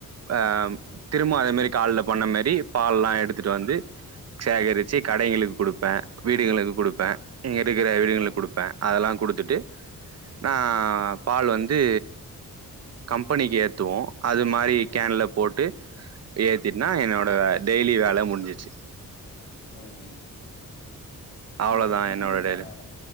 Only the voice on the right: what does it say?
அ திரும்ப அதே மாரி காலைல பண்ண மாரி பால்லா எடுத்துட்டு வந்து சேகரிச்சு கடைகளுக்கு குடுப்பே வீடுகளுக்கு குடுப்பே இருக்கிற
வீடுங்ளுக் குடுப்ப அதுலா குடுத்துட்டு நா பால் வந்து கம்பெனிக்கு ஏத்துவோம் அது மாரி
கேன்ல போட்டு ஏத்திட்னா என்னோட டெய்லி வேலை முடிஞ்சிச்சு
அவ்ளோதா
என்னோட
டெய்லி